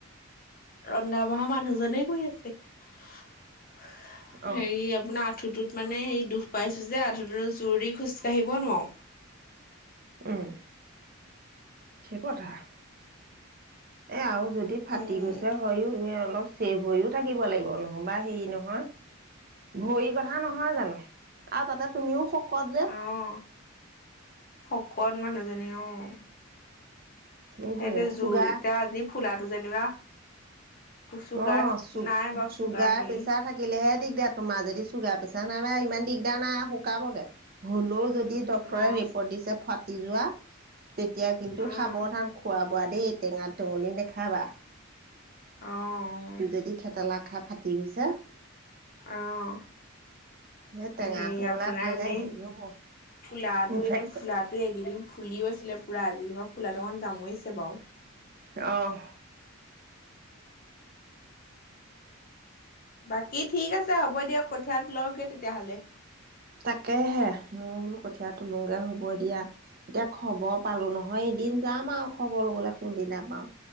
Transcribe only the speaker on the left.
ৰন্ধা- বঢ়া মানুহজনে কৰি আছে। <unintelligible>
হেৰি, আপোনাৰ আঁঠুটোত মানে, সেই দুখ পাইছোঁ যে, আঁঠুটো জোৰ দি খোজকাঢ়িব নোৱাৰোঁ।
উম
অহ, শকত মানুহজনী অহ।
সেইটোৱে জুই
এতিয়া আজি ফুলটো যেনিবা। চুগাৰ
নাই বাৰু চুগাৰ হেৰি
অ',
অ',
অ',
অহ।
হেৰি
আপোনাৰ
এনেই,
ফুলাটো
এনেই ফুলটো এদিন ফুলিও আছিলে পুৰা, আজি যেনিবা ফুলাটো যামুৰিছে বাৰু।
বাকী ঠিক আছে হ'ব দিয়ক, কঠিয়াত তোলক গৈ তেতিয়াহ'লে।